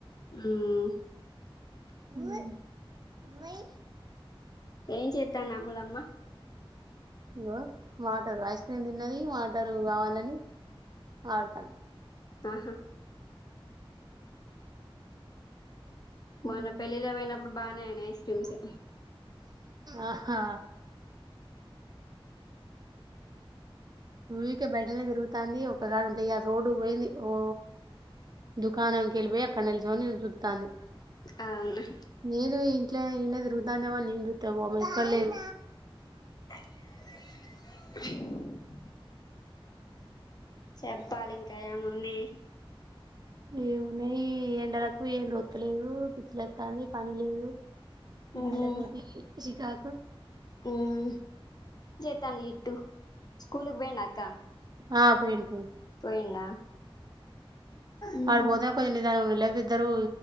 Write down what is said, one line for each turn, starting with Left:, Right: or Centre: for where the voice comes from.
Left: ఉమ్
Right: <unintelligible>
Left: ఏం చెత్తంది అమ్ములమ్మ.
Right: ఇగో వాటరు ఐస్ క్రీమ్ తిన్నది వాటరు కావాలని ఆడుతంది.
Left: ఆహా
Right: ఆడతాంది
Left: మొన్న పెళ్లిళ్లకి పోయినప్పుడు బానే అయినాయి ఐస్ క్రీమ్స్.
Right: ఆహా ఊకే బయటనే తిరుగుతాంది. ఒక కాడ ఉంటే రోడ్డు పోయింది ఓ దుకాణంనికి వెళ్ళిపోయి అక్కడ నిల్చొని చుతాంది.
Left: అవునా
Right: నేను ఇంట్లో ఇన్న తిరుగుతుందని నేను ఎక్కడ లేదు.
Left: <inaudible> చెప్పాలి ఇంకా ఏముంది.
Right: ఏమున్నాయి ఎండలకు ఏం తోస్తలేదు పిచ్చి లేతంది పని లేదు.
Left: ఉహు
Right: పిల్లలతోటి చికాకు
Left: ఉమ్ <unintelligible> పోయిండా అక్క
Right: ఆ పోయిండు పోయిండు
Left: పోయిండా ఉహు
Right: వాడు పోతానే కొంచెం లేకపోతే ఇద్దరూ